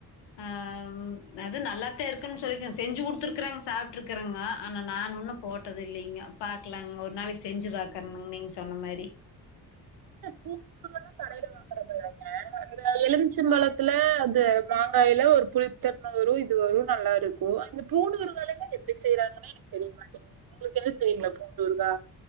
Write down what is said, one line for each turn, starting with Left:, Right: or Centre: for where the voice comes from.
Left: ஆஹ அது நல்லாத்தே இருக்குன்னு சொல்லிருக்கேங்க செஞ்சு கொடுத்துருக்கறாங்க சாப்புட்டு இருக்குறங்க ஆனா நா உண்ணும் போட்டது இல்லைங்கோ பாக்கலாங்க ஒரு நாளைக்கு செஞ்சு பாக்கறனுங்க நீங்க சொன்ன மாரி.
Right: பூண்டு ஊறுகல்லா கடையில வாங்குறமல்லங்க அந்த எலுமிச்சம்பழத்துல அந்த மாங்காயில ஒரு புளித்தன்ம வரும் இது வரும் நல்லா இருக்கும் இந்த பூண்டு ஊறுகாய்ல்ல எப்படி செய்யறாங்கன்னு எனக்கு தெரியமாட்டேங்கு. து உங்களுக்கு எது தெரியுங்களா பூண்டு ஊறுகா.